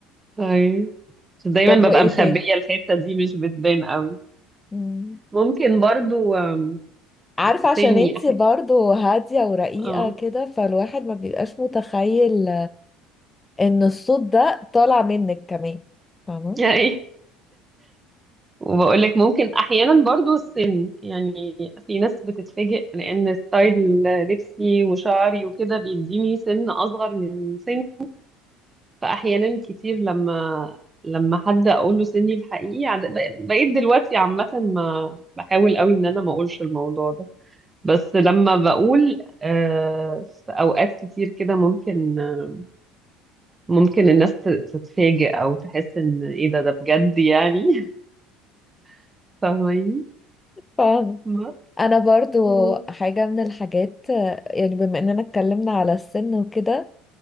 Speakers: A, on the right (about 20°); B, on the left (about 20°).
A: اي بس دايما
B: طب وايه
A: ببقى مخبية
B: تاني
A: الحتة دي مش بتبان قوي
B: مم.
A: ممكن برضو آم،
B: عارفة عشان
A: سني
B: انتي
A: أح...
B: برضو هادية ورقيقة
A: اه
B: كده فالواحد ما بيبقاش متخيل ان الصوت ده طالع منك كمان فاهمة؟
A: يعني وبقول لك ممكن احيانا برضو السن يعني في ناس بتتفاجئ لان ستايل لبسي وشعري وكده بيديني سن اصغر من سن فاحيانا كتير لما لما حد اقول له سني الحقيقي عد- ب- بقيت دلوقتي عامة ما بحاول قوي ان انا ما اقولش الموضوع ده بس لما بقول آه، في اوقات كتير كده ممكن آه، ممكن الناس ت- تتفاجئ او تحس ان ايه ده ده بجد يعني <laughs> فاهماني
B: فاهمة
A: بس
B: انا برضو
A: مم.
B: حاجة من الحاجات آه، يعني بما اننا اتكلمنا على السن وكده